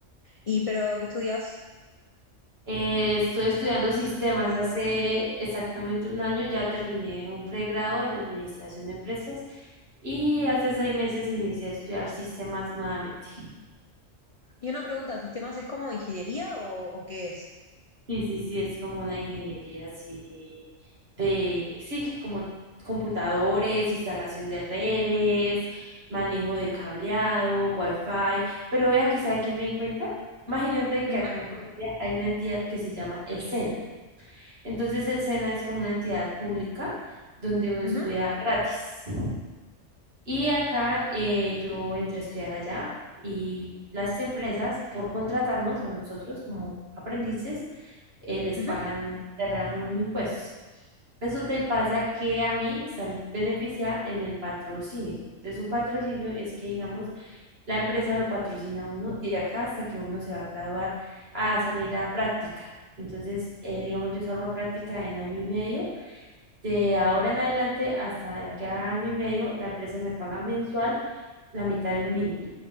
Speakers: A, on the left; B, on the right.
A: ¿Y pero qué estudias?
B: Eh, estoy estudiando sistemas. Hace exactamente un año ya terminé un pregrado en administración de empresas y hace seis meses inicié a estudiar sistemas nuevamente.
A: Y una pregunta, ¿sistemas es como ingeniería o, o qué es?
B: Sí sí, sí, es como una ingeniería así de, sí, como computadores, instalación de redes, manejo de
A: Mm.
B: cableado, wifi. Pero vea que, ¿sabe qué me di cuenta? Imagínate que
A: Ujú,
B: acá en Colombia hay una entidad que se llama el SENA. Entonces el SENA es como una entidad pública donde uno estudia
A: ujú,
B: gratis. Y acá eh, yo entré a estudiar allá y las empresas por contratarnos a nosotros como aprendices eh, les
A: ujú.
B: pagan, les rebajan unos impuestos. Resulta y pasa que a mí salí beneficia en el patrocinio. Entonces un patrocinio es que digamos la empresa lo patrocina a uno de acá hasta que uno se va a graduar a salir a práctica. Entonces, eh, digamos, yo salgo a práctica en año y medio. De ahora en adelante hasta de acá a año y medio, la empresa me paga mensual la mitad de un mínimo,